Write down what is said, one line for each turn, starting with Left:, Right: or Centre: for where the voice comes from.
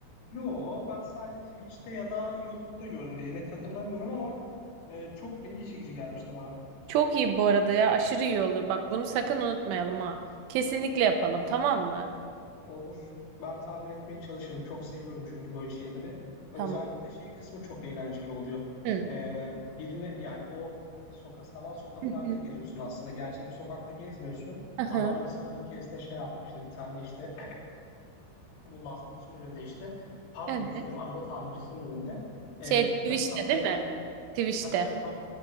Left: Yo, ben sadece Twitch'te ya da YouTube'da gördüm diye net hatırlamıyorum ama e, çok ilgi çekici gelmişti bana.
Right: Çok iyi bu arada ya. Aşırı iyi olur. Bak bunu sakın unutmayalım ha. Kesinlikle yapalım tamam mı?
Left: Olur. Ben tahmin etmeye çalışırım. Çok seviyorum çünkü böyle şeyleri. Özellikle
Right: Tamam.
Left: şey kısmı çok eğlenceli oluyor.
Right: Hı.
Left: E, birine yani o e, sokak sanal sokaklarda
Right: Hı hı.
Left: geziyorsun aslında. Gerçek bir sokakta gezmiyorsun.
Right: Aha.
Left: Adam mesela bir keresinde şey yapmıştı. Bir tane işte <clears throat> bu lastikçinin önünde işte pardon
Right: Evet.
Left: özür dilerim araba tamircisinin önünde.
Right: Şey
Left: E,
Right: Twitch'te
Left: tabii tabeladan
Right: değil mi?
Left: um-
Right: Twitch'te.
Left: tabii tabii tab-